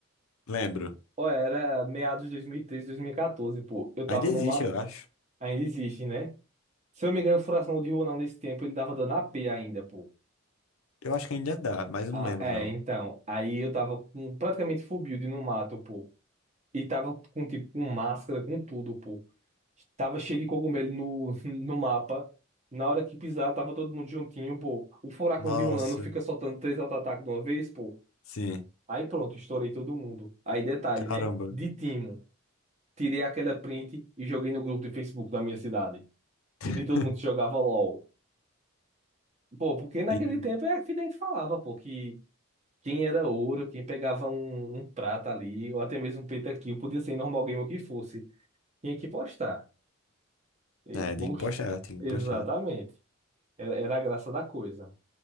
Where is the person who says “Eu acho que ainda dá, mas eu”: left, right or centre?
Left